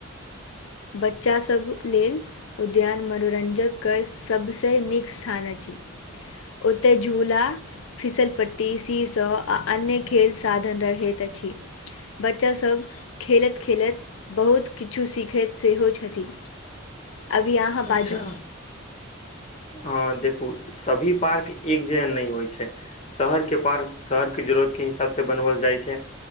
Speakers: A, on the left (about 70°); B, on the left (about 30°).
A: बच्चा सभ लेल उद्यान मनोरंजक क सब से नीक स्थान अछि। ओतेऽ झूला फिसलपट्टी, सीऽशऽ आ अन्य खेल साधन रहैत अछि। बच्चा सब खेलैत-खेलैत बहुत किछु सीखैत सेहो छथि। अभी अहाँ बाजू।
B: अच्छा। ह देखू सभी पार्क एक जेहन नैय होय छै। शहर के पार्क शहर के जरूरत के हिसाब से बनवल जाय छै।